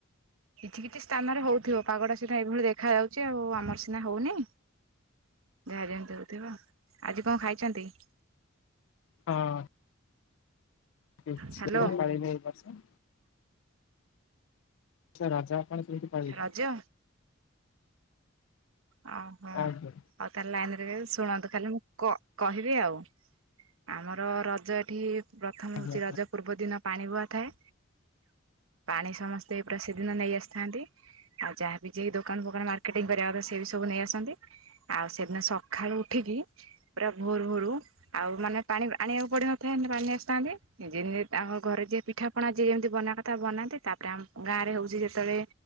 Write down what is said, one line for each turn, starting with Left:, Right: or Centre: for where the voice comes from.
Right: କିଛି କିଛି ସ୍ଥାନରେ ହଉଥିବ ପାଗଟା ସିନା ଏଇଭଳି ଦେଖାଯାଉଛି ଆଉ ଆମର ସିନା ହଉନି ଯାହାଯେମିତି ହୋଉଥିବ। ଆଜି କଣ ଖାଇଛନ୍ତି?
Left: ହଁ। କିଛି
Right: ହ୍ୟାଲୋ
Left: ପାଇନେଇ ଏ ବର୍ଷ ଆ ରଜ ଆପଣ କେମିତି ପାଳିବେ
Right: ରଜ? ଓହୋ। ହୋଉ
Left: ଆଜ୍ଞା
Right: ତାହାଲେ ଲାଇନରେ ରହିବେ ଶୁଣନ୍ତୁ ଖାଲି ମୁଁ କ କହିବି ଆଉ। ଆମର ରଜ ଏଠି ପ୍ରଥମେ
Left: ଆଜ୍ଞା
Right: ହଉଛି ରଜ ପୂର୍ବ ଦିନ ପାଣି ବୁହା ଥାଏ ପାଣି ସମସ୍ତେ ପୁରା ସେଦିନ ନେଇ ଆସିଥାନ୍ତି ଆଉ ଯାହାବି ଯେଇ ଦୋକାନ ଫୋକାନ ମାର୍କେଟିଂ କରିବା କଥା ସେ ବି ସବୁ ନେଇ ଆସନ୍ତି। ଆଉ ସେଦିନ ସଖାଳୁ ଉଠିକି ପୁରା ଭୋରୁ ଭୋରୁ ଆଉ ମାନେ ପାଣି ଆଣିବାକୁ ପଡିିନଥାଏ ପାଣି ନେଇ ଆସିଥାନ୍ତି ନିଜେ ନିଜେ ତାଙ୍କ ଘରେ ଯିଏ ପିଠା ପଣା ଯିଏ ଯେମିତି ବନେଇବା କଥା ବନାନ୍ତି ତାପରେ ଆ ଗାଁରେ ହଉଛି ଯେତେବେଳେ